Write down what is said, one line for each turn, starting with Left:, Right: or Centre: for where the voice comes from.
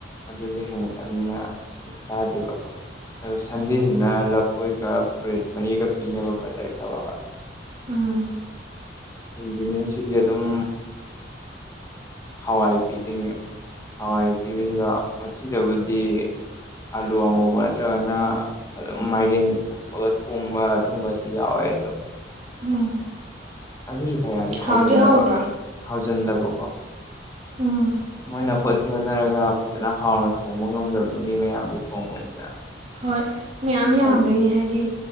Left: ꯑꯗꯨꯗꯤ ꯍꯦꯟꯅ ꯇꯥꯃꯤꯅ ꯆꯥꯗꯣꯢꯕ ꯑꯗꯨ ꯁꯟꯗꯦꯁꯤꯅ ꯂ ꯈꯣꯏꯒ ꯕ꯭ꯔꯦꯠ ꯃꯔꯤꯒ ꯄꯤꯅꯦꯕ ꯕꯇꯔ ꯇꯧꯔꯒ
Right: ꯎꯝ
Left: ꯏꯚꯤꯅꯤꯡꯁꯤꯗꯤ ꯑꯗꯨꯝ ꯍꯋꯥꯏ ꯄꯤꯗꯣꯏꯅꯦ ꯍꯋꯥꯏ ꯄꯤꯕꯁꯤꯗ ꯃꯆꯤꯗꯕꯨꯗꯤ ꯑꯂꯨ ꯑꯉꯧꯕ ꯅꯠꯇ꯭ꯔꯒꯅ ꯑꯗꯨꯝ ꯃꯥꯏꯔꯦꯟ ꯨ ꯊꯣꯡꯕ ꯑꯗꯨꯝꯕꯗꯤ ꯌꯥꯎꯋꯦ ꯑꯗꯣ
Right: ꯎꯝ
Left: ꯑꯗꯨꯁꯨ ꯀꯌꯥꯗꯤ ꯍꯥꯎꯖꯟꯗꯕ
Right: ꯍꯥꯎꯗꯤ ꯍꯥꯎꯕ꯭ꯔꯣ
Left: ꯍꯥꯎꯖꯟꯗꯕꯀꯣ
Right: ꯑ
Left: ꯃꯣꯏꯅ ꯍꯣꯠꯇꯤ ꯍꯣꯠꯅꯔꯒ ꯐꯖꯅ ꯍꯥꯎꯅ ꯊꯣꯡꯕ ꯉꯝꯗꯕꯗꯣ ꯃꯤ ꯃꯌꯥꯝꯒꯤ ꯊꯣꯡꯕꯅꯤꯅ
Right: ꯍꯣꯏ ꯃꯌꯥꯝ
Left: ꯄꯩꯁꯥ
Right: ꯌꯥꯝꯕꯩꯅꯦ ꯍꯥꯏꯗꯤ